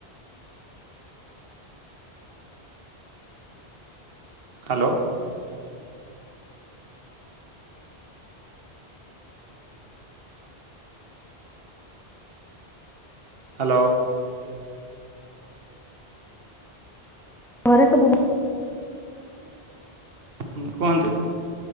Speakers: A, on the right; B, in the centre.
A: ହ୍ୟାଲୋ। ହ୍ୟାଲୋ।
B: ଘରେ ସବୁ ଭ
A: ହୁଁ କୁହନ୍ତୁ।